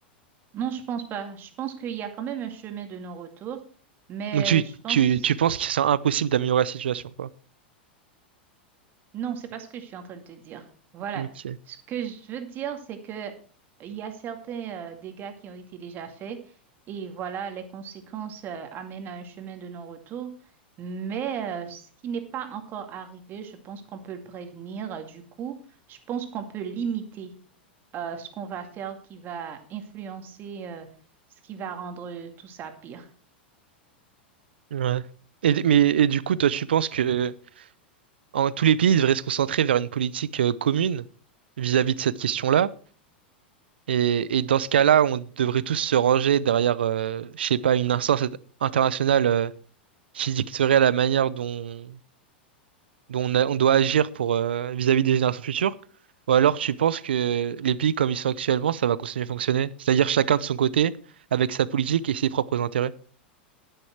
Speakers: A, on the right; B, on the right.
A: Non, je pense pas. Je pense qu'il y a quand même un chemin de non-retour, mais
B: Donc tu,
A: je pense
B: tu, tu penses que c'est impossible d'améliorer la situation, quoi.
A: Non, c'est pas ce que je suis en train de te dire. Voilà.
B: Ok.
A: Ce que je veux dire, c'est que il y a certains euh, dégâts qui ont été déjà faits et voilà, les conséquences euh, amènent à un chemin de non-retour. Mais euh, ce qui n'est pas encore arrivé, je pense qu'on peut le prévenir. Euh, Du coup, je pense qu'on peut limiter euh, ce qu'on va faire qui va influencer euh, ce qui va rendre euh, tout ça pire.
B: Ouais. Et, d- mais, et du coup, toi, tu penses que euh, en, tous les pays devraient se concentrer vers une politique euh, commune vis-à-vis de cette question-là? Et, et dans ce cas-là, on devrait tous se ranger derrière, euh, je sais pas, une instance internationale euh, qui dicterait la manière dont, dont on, a- on doit agir pour euh, vis-à-vis des générations futures. Ou alors tu penses que les pays comme ils sont actuellement, ça va continuer à fonctionner? C'est-à-dire chacun de son côté, avec sa politique et ses propres intérêts.